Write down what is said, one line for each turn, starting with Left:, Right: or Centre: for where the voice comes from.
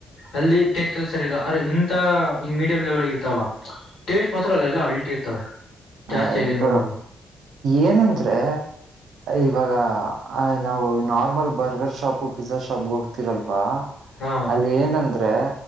Left: ಅಲ್ಲಿ ಟೇಸ್ಟ್ ಎಲ್ಲ ಸರಿ ಇಲ್ಲ ಅರೆ ಇಂತ ಮೀಡಿಯಂ ಲೆವೆಲ್ಗ ಇರ್ತವಲ್ಲ ಟೇಸ್ಟ್ ಮಾತ್ರ ಅಲ್ಲೆಲ್ಲ ಅಲ್ಟಿ ಇರ್ತವೆ ಜಾಸ್ತಿ
Right: ಹ ಬ
Left: ನೋಡು ಬ್ರೋ.
Right: ಏನಂದ್ರೆ ಇವಾಗ ಆ್ ನಾವು ನಾರ್ಮಲ್ ಬರ್ಗರ್ ಶಾಪು ಪಿಜಜಾ ಶಾಪ್ಗೆ ಹೋಗ್ತಿರಲ್ವಾ
Left: ಹಾ
Right: ಅಲ್ಲಿ ಏನಂದ್ರೆ